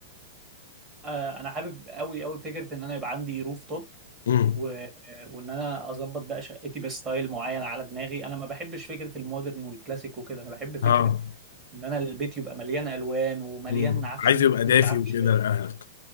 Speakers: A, on the right (about 20°); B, on the left (about 85°).
A: آه انا حابب قوي قوي فكره ان انا يبقى عندي روف توب
B: امم
A: و... وان انا اظبط بقى شقتي بستايل معين على دماغي انا ما بحبش فكره المودرن والكلاسيك وكده انا بحب فكره
B: اه
A: ان انا البيت يبقى مليان الوان ومليان
B: مم.
A: عفش
B: عايز
A: مريح
B: يبقى دافي
A: مش عفش
B: وكده لاهلك